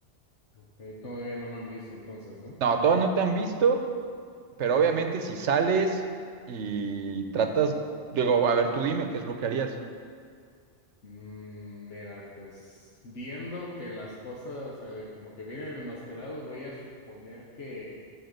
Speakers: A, on the left (about 80°); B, on the right (about 80°).
A: Okay. Todavía no me han visto entonces, ¿no?
B: No, todavía no te han visto, pero obviamente si sales y tratas, digo, a ver, tú dime, ¿qué es lo que harías?
A: Mm, Mira, pues viendo que las cosas eh, como que vienen enmascarados, voy a suponer que,